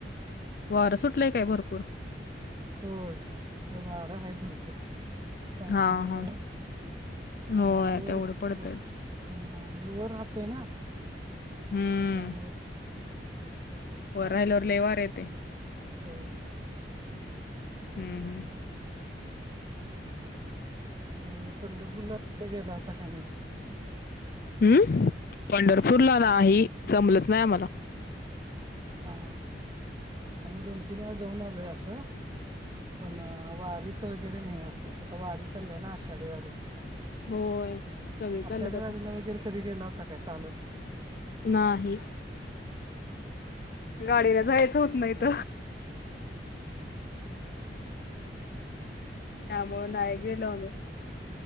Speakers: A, on the left (about 55°); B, on the right (about 25°).
A: वरं सुटलंय काय भरपूर
B: होय इकडे वारं हा भरपूर पावसामुळे
A: हा हा
B: आणि
A: होय
B: आम्ही वर
A: तेवढं पडतयच
B: ह आम्ही वर राहतो ना
A: हम्म
B: त्यामुळे
A: वर राहिल्यावर लय वार येतय
B: हो
A: हम्म हम्म
B: होय आणि पंढरपूर गेला होता काय नाही
A: हम्म पंढरपूरला नाही जमलंच नाही आमला
B: हा आम्ही दोन तीन वेळा जाऊन आलोय असं पण वारी त वगैरे नाही असं आता वारी चालल्या ना आषाढी वारी
A: होय सगळे चालल्यात
B: आषाढी
A: आता
B: वारीला वगैरे कधी गेला होता काय चालत
A: नाही गाडीन जायचं होत नाही ईथ त्यामुळे नाहि गेलो आम्ही